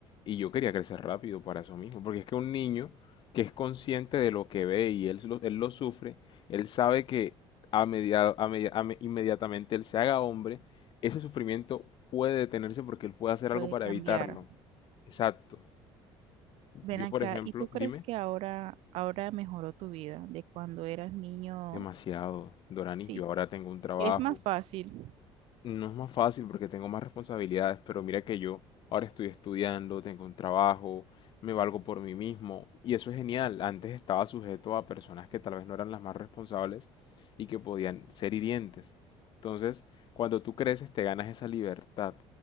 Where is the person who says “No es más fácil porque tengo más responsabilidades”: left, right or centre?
Left